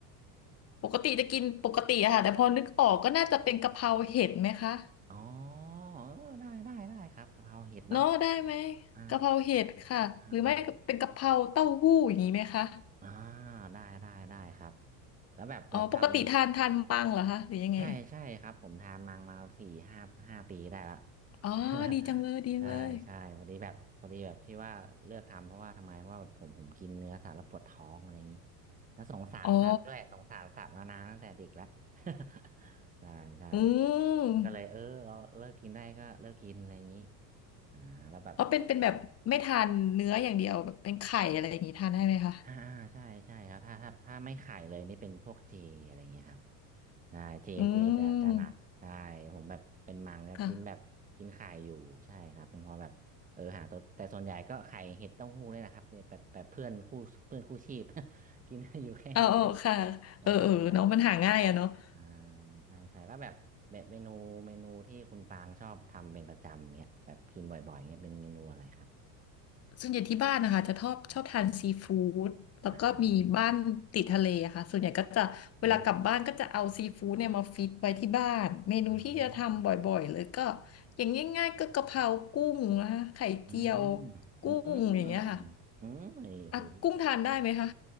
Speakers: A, on the left; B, on the right.
A: ปกติจะกินปกติอะค่ะแต่พอนึกออกก็น่าจะเป็นกะเพราเห็ดไหมคะ
B: อ๋อเออได้ได้ได้ครับกะเพราเห็ดเนาะ
A: เนาะได้ไหม
B: อ่า
A: กะเพราเห็ดค่ะหรือไม่ก็เป็นกะเพราเต้าหู้อย่างนี้ไหมคะ
B: อ่าอ่าอ่าได้ได้ได้ครับแล้วแบบแบบทำ
A: อ๋อปกติทานทานมังเหรอคะหรือยังไง
B: ใช่ใช่ครับผมทานมังมาสี่ห้าห้าปีได้ละ
A: อ๋อดีจังเลยดีจังเลย
B: <laughs> ใช่ใช่พอดีแบบพอดีแบบที่ว่าเลือกทำเพราะว่าทำไมเพราะว่าแบบผมผมกินเนื้อสัตว์แล้วปวดท้องอะไรอย่างนี้แล้วสงสารสัตว์ด้วยสงสารสัตว์มานานตั้งแต่เด็กแล้ว
A: อ๋อ
B: <laughs> ใช่ใช่
A: อื
B: ก็เลยเออเราเลิกกินได้ก็เลิกกินอะไรอย่างนี้
A: ม
B: อ่าแล้วแบบ
A: อ๋อเป็นเป็นแบบไม่ทานเนื้ออย่างเดียวแบบเป็นไข่อะไรอย่างนี้ทานได้ไหมคะ
B: อ่าอ่าใช่ใช่ครับถ้าถ้าถ้าไม่ไข่เลยนี่เป็นพวกเจอะไรเงี้ยครับใช่เจเจจะจะหนักใช่ผมแบบเป็นมังก็กินแบบกินไข่อยู่ใช่ครับเป็นเพอแบบเออหาตัวแต่ส่วนใหญ่ก็ไข่เห็ดเต้าหู้เลยนะครับเนี่ยแบบแบบเพื่อนคู่เพื่อนคู่ชีพ
A: อืมค่ะ
B: <laughs> กินอยู่แค่นี้แหละ
A: เออเออค่ะเออเออเนาะมันหาง่ายอะเนาะ
B: ใช่ใช่
A: <laughs>
B: อ่าใช่ใช่แล้วแบบแบบเมนูเมนูที่คุณปางชอบทำเป็นประจำเนี่ยแบบกินบ่อยๆเนี่ยเป็นเมนูอะไรครับ
A: ส่วนใหญ่ที่บ้านนะคะจะชอบชอบทานซีฟู้ดแล้วก็มีบ้านติดทะเลอะค่ะส่วนใหญ่ก็จะเวลากลับบ้านก็จะเอาซีฟู้ดเนี่ยมาฟิตไว้ที่บ้านเมนูที่จะทำบ่อยๆเลยก็
B: ครับอ่าโอ้อ๋อ
A: อย่างง่ายๆก็กะเพรากุ้งนะคะไข่เจียว
B: อืม
A: กุ้งอย่างเงี้ยค่ะ
B: อืมอืมไอ้โห
A: อ่ะกุ้งทานได้ไหมคะ